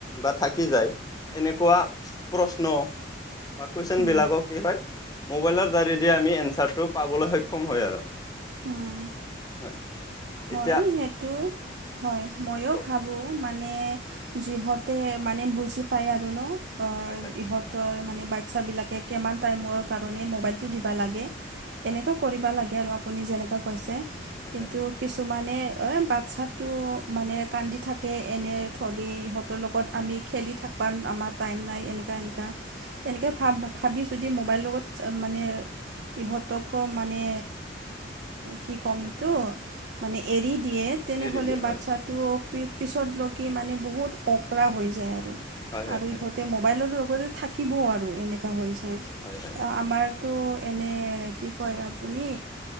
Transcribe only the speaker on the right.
উম
উম
হয়
সেইটো হয়। ময়ো
ভাবোঁ মানে যিহঁতে মানে বুজি পায় আৰু ন। অ
ইহঁতৰ মানে বাচ্ছাবিলাকে কেমান টাইমৰ কাৰণেই মোবাইলটো দিবা লাগে
এনেকা কৰিব লাগে আৰু আপুনি যেনেকুৱা কৈছে।
কিন্তু
কিছুমানে এ বাচ্ছাটো মানে কান্দি থাকে এনে থলেই ইহঁত ইহঁতৰ লগত আমি খেলি থাকবা আমাৰ টাইম নাই এনেকা এনেকা এনেকে ভাব ভাবি যদি মোবাইলৰ লগত মানে ইহঁতকো মানে কি কম এইটো মানে এৰি দিয়ে তেনেহ'লে
বাচ্ছাত
টো পিছতলৈকে মানে বহুত অঁকৰা হৈ যায় আৰু।
আৰু
ইহঁত তো মোবাইলৰ লগতে থাকিবও আৰু এনেকুৱা হৈ যায়।
আমাৰ তো এনে কি কয় আপুনি